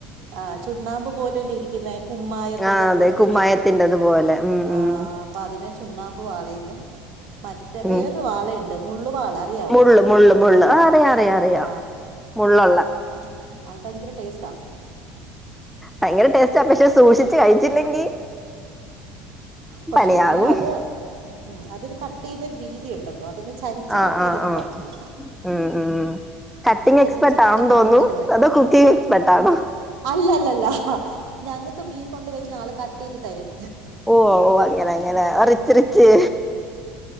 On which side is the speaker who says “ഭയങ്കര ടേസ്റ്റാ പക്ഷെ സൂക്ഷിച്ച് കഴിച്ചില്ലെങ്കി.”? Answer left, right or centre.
Centre